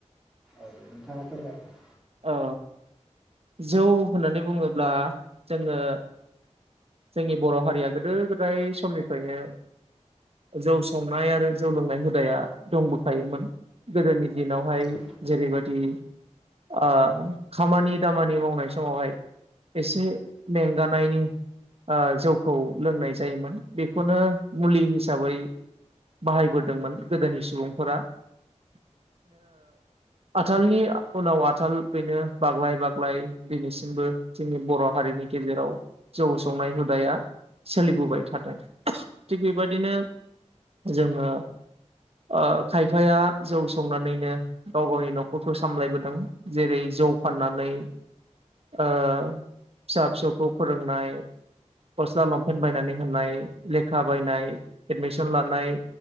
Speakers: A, in the centre; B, on the right (about 55°).
A: औ नोंथाङा फोरमायदो।
B: ओ जौ होननानै बुङोब्ला जोङो जोंनि बर' हारिया गोदो गोदाय समनिफ्रायनो जौ संनाय आरो जौ लोंनाय हुदाया दंबोखायोमोन। गोदोनि दिनावहाय
A: औ
B: जेरैबादि आ खामानि दामानि मावनाय समावहाय एसे मेंगानायनि ओ जौखौ लोंनाय जायोमोन। बेखौनो मुलि हिसाबै बाहायबोदोंमोन गोदोनि सुबुंफोरा। <unintelligible> आथालनि उनाव आथाल बेनो बाग्लाय बाग्लाय दिनैसिमबो जोंनि बर' हारिनि गेजेराव जौ संनाय हुदाया सोलिबोबाय थादों। थिग बेबायदिनो जोङो ओ खायफाया जौ संनानैनो गाव गावनि न'खरखौ सामलायबोदों। जेरै जौ फाननानै ओ फिसा फिसौखौ फोरोंनाय गस्ला लंपेन बायनानै होनाय, लेखा बायनाय, एडमिसन लानाय